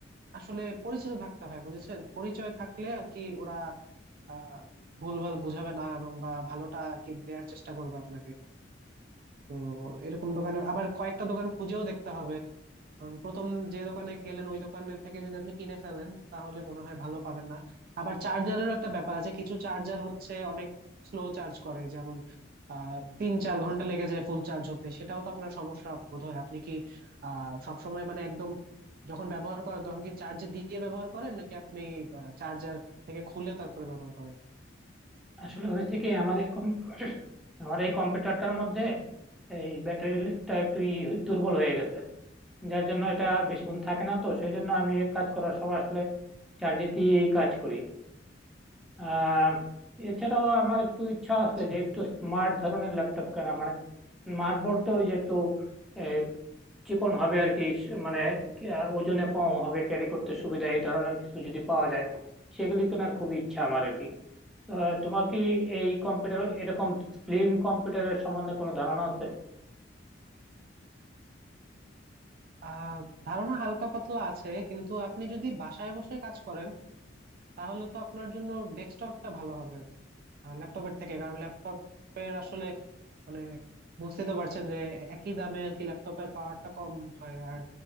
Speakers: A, on the right; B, in the centre.
A: আসলে পরিচিত থাকতে হয় বুঝেছেন পরিচয় থাকলে আর কি ওরা আহ ভুলভাল বুঝাবে না এবং বা ভালোটা আর কি দেওয়ার চেষ্টা করবে আপনাকে তো এরকম দোকানে আবার কয়েকটা দোকান খুঁজেও দেখতে হবে কারণ প্রথম যে দোকানে গেলেন ওই দোকানের থেকে যদি আপনি কিনে ফেলেন তাহলে মনে হয় ভালো পাবেন না আবার চার্জারেরও একটা ব্যাপার আছে কিছু চার্জার হচ্ছে অনেক স্লো চার্জ করে যেমন আহ তিন চার ঘন্টা লেগে যায় ফুল চার্জ হতে সেটাও তো আপনার সমস্যা বোধহয় আপনি কি আহ সবসময় মানে একদম যখন ব্যবহার করেন তখন কি চার্জ দিয়ে ব্যবহার করেন নাকি আপনি চার্জার থেকে খুলে তারপরে ব্যবহার করেন
B: আসলে হয়েছে কি আমার এই কম- আমার এই কম্পিউটারটার মধ্যে এই ব্যাটারিটা একটু ই দুর্বল হয়ে গেছে যার জন্য এটা বেশিক্ষণ থাকে না তো সেই জন্য আমি কাজ করার সময় আসলে চার্জে দিয়েই কাজ করি আহ এছাড়াও আমার একটু ইচ্ছা আছে
A: আচ্ছা
B: যে একটু স্মার্ট ধরনের ল্যাপটপ কেনা মানে স্মার্ট বলতে ওই যে একটু আহ, চিকন হবে আর কি স- মানে কি, আহ, ওজনে কম হবে ক্যারি করতে সুবিধা এই ধরনের কিছু যদি পাওয়া যায় সেগুলি কেনার খুব ইচ্ছা আমার আর কি আহ, তোমার কি এই কম্পিউটার এরকম স্লিম কম্পিউটারের সম্বন্ধে কোনো ধারণা আছে
A: আহ ধারণা হালকা পাতলা আছে কিন্তু আপনি যদি বাসায় বসে কাজ করেন তাহলে তো আপনার জন্য ডেস্কটপটা ভালো হবে ল্যাপটপের থেকে কারণ ল্যাপটপের আসলে মানে বুঝতেই তো পারছেন যে একই দামে আর কি ল্যাপটপের পাওয়ারটা কম হয় আর